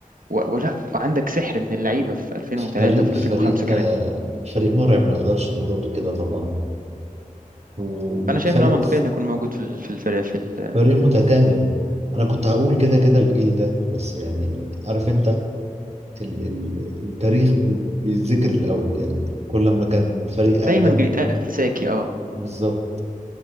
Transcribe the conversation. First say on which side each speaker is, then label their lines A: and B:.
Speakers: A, on the right; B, on the right.
A: و- ولا وعندك سحر من اللعيبه في 2003
B: فريق
A: وفي
B: فريق
A: 2005 كمان
B: آه فريق مرعب ما نقدرش نقول غير كده طبعا وفريق
A: فانا شايف ان هو منطقي انه يكون موجود في ال- في الفريق في ال...
B: فريق متكامل انا كنت هقول كده كده الجيل ده بس يعني عارف انت ال- ال- التاريخ ب- بيتذكر الأول يعني كل ما كان الفريق أقدم
A: دايما بيتقال ساكي اه
B: بالظبط